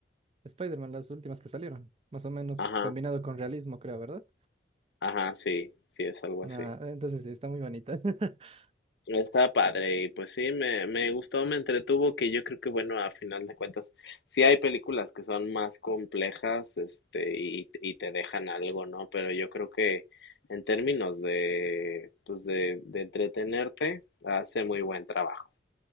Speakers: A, on the right; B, on the left.
A: Spider-Man, las últimas que salieron, más o menos
B: ajá,
A: combinado con realismo, creo, ¿verdad?
B: ajá, sí, sí es algo
A: Nah,
B: así.
A: entonces sí, está muy bonita. <laughs>
B: Está padre y pues sí, me, me gustó, me entretuvo, que yo creo que bueno, a final de cuentas, sí hay películas que son más complejas, este, y, y te dejan algo, ¿no? Pero yo creo que en términos de, pues de, de entretenerte, hace muy buen trabajo